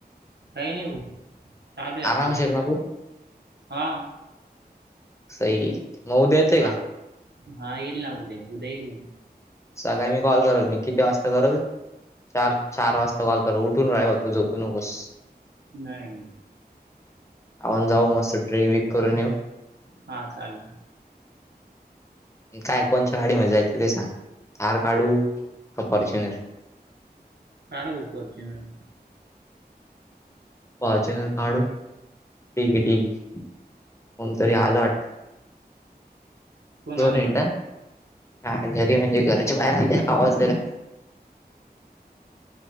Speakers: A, on the right (about 85°); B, on the left (about 15°).
A: काही नाही चालेू आप
B: आरामशीर ना खूप
A: हा
B: स मऊ देत
A: हा
B: का
A: हा येईल ना उद्या उद्या येईल
B: सकाळी मी कॉल करल मी किती वाजता करल चार चार वाजता कॉल कर उठून राहिव. तू झोपूनकोस
A: नाही नाही
B: आपण जाऊ मस्त ट्रेक बीक करून येऊ
A: हा चालेल
B: काय कोणच्या्या गाडीमध्येध्ये जायचं ते सांग थार काढू का फॉर्च्युनर.
A: काड भाऊ फोर्टूनर.
B: पॉचनर काढू ठीक
A: हम्म
B: आहे ठीक आहे कोणतरी आलं वाट.
A: कोण
B: दोन
A: आलं
B: मिनट
A: घरात
B: घरी म्हणजे घराच्या बाहेर आले आवाज दला.